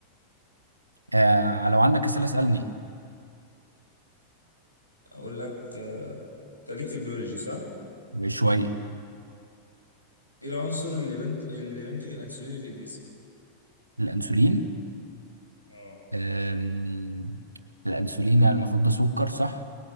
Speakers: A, on the right; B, on the left.
A: آه لو عندك اسئله اسالني
B: اقول لك انت ليك في البيولوجي صح
A: شوية
B: ايه العنصر اللي بنت اللي بينتج الانسولين في الجسم
A: الأنسولين
B: اه
A: أم، الأنسولين يعني المفروض ده سكر صح؟